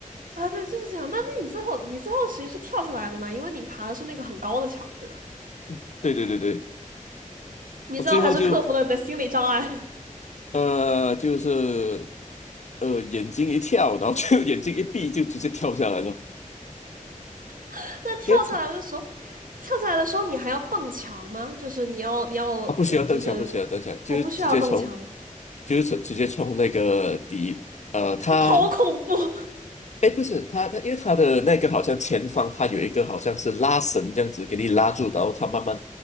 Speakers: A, on the right; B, on the left.
A: 啊，对，就是这样。那那你最后你最后其实是跳下来的嘛？因为你爬的是那个很高的墙，对吧？
B: <laughs> 对对对对，
A: 你最后还是克服了你的心理障碍。
B: 我最后就呃就是呃眼睛一跳，然后就 <laughs> 眼睛一闭就直接跳下来了，
A: <laughs> 那跳下来的时候，
B: 因为他
A: 跳下来的时候你还要蹬墙吗？就是你要你要呃，
B: 他不需要蹬墙，
A: 就是
B: 不需要蹬墙，就是直接从
A: 哦，不需要蹬墙吗？
B: 就是直接冲那个底，呃，
A: <laughs>
B: 他。
A: 好恐怖
B: 哎，不是他，他因为他的那个好像前方，他有一个好像是拉绳这样子给你拉住，然后他慢慢